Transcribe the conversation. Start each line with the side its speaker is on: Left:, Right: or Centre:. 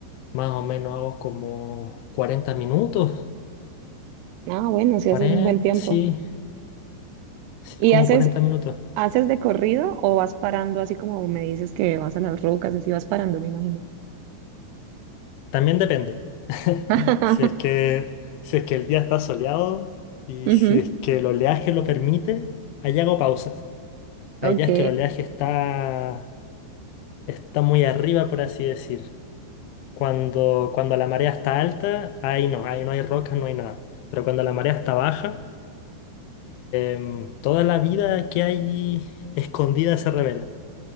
Left: más o menos hago como 40 minutos,
Right: Ah, bueno, si
Left: 40
Right: haces un buen tiempo.
Left: sí, sí,
Right: ¿Y
Left: como
Right: haces,
Left: 40 minutos.
Right: haces de corrido o vas parando así como me dices que vas a las rocas, así vas parando, me imagino?
Left: También depende. <laughs>
Right: <laughs>
Left: Si es que, si es que el día está soleado y
Right: Ujú,
Left: si es que el oleaje lo permite, ahí hago pausas. Hay
Right: Ok.
Left: días que el oleaje está, está muy arriba, por así decir. Cuando, cuando la marea está alta, ahí no, ahí no hay rocas, no hay nada. Pero cuando la marea está baja, em, toda la vida que hay escondida se revela.